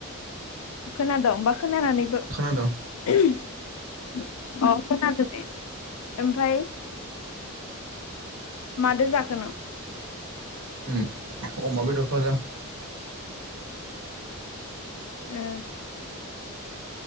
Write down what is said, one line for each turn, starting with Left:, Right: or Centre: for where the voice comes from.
Left: खोनादोंं बा खोनानानैबो
Right: खोनादों
Left: अ खोनादों दे ओमफाय
Right: <unintelligible>
Left: मादो जाखोनो
Right: उम अमा बेदर भाजा
Left: ओ